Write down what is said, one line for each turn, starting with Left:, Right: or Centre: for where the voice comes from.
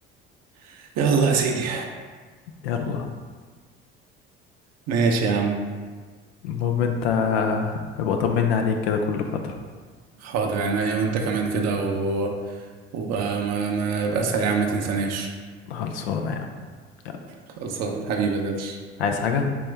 Right: <laughs> يلا يا سيدي
Left: <laughs> يلا
Right: ماشي يا عم
Left: المهم انت ابقى طمني عليك كده كل فترة
Right: حاضر عينيا وانت كمان كده و... وبقى ما... ما يبقى اسهل يا عم ما تنساناش
Left: خلصانة يا عم يلا
Right: خلصان حبيبي يا درش
Left: عايز حاجة؟